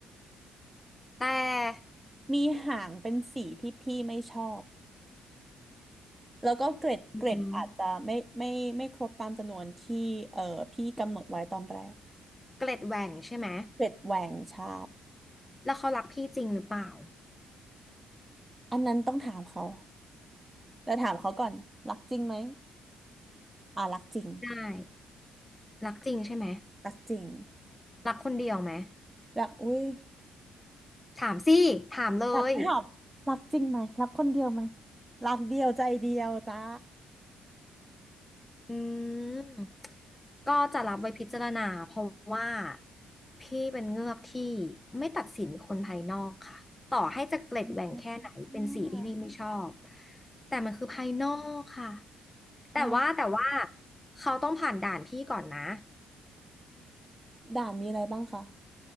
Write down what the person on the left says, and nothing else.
แต่
อืมเกล็ดแหว่งใช่ไหม
แล้วเขารักพี่จริงหรือเปล่า
ได้ รักจริงใช่ไหม
รักคนเดียวไหม
ถามสิถามเลย
อืมก็จะรับไว้พิจารณาเพราะว่าพี่เป็นเงือกที่ไม่ตัดสินคนภายนอกค่ะต่อให้จะเกล็ดแหว่งแค่ไหนเป็นสีที่พี่ไม่ชอบ
แต่มันคือภายนอกค่ะ
แต่ว่าแต่ว่าเขาต้องผ่านด่านพี่ก่อนนะ